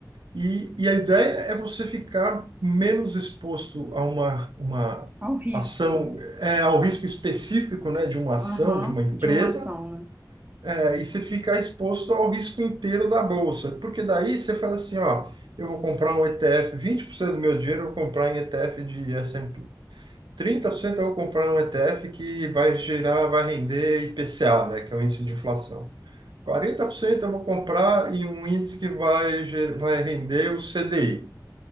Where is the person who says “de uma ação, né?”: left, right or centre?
Right